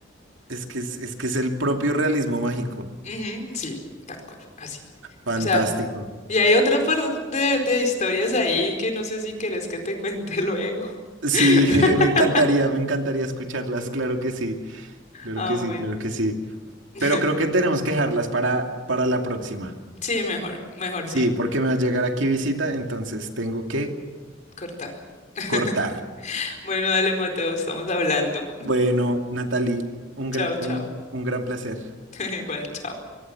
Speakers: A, on the right; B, on the left.
A: es que es, es que es el propio realismo mágico.
B: <laughs> Ujú, sí, tal cual, así.
A: Fantástico.
B: O sea, Y hay otra parte de, de historias ahí que no sé si querés que te cuente luego.
A: Sí,
B: <laughs>
A: <laughs> me encantaría, me encantaría escucharlas, claro que sí, claro
B: Ah,
A: que sí,
B: bueno.
A: claro que sí.
B: <laughs>
A: Pero creo que tenemos que dejarlas para, para la próxima.
B: Sí, mejor, mejor
A: Sí,
B: sí,
A: porque me va a llegar aquí visita, entonces tengo que
B: cortar. <laughs>
A: cortar.
B: Bueno, dale, Mateo, estamos hablando.
A: Bueno, Natalie, un,
B: Chao,
A: gr-
B: chao.
A: un, un gran placer.
B: <laughs> Igual, chao.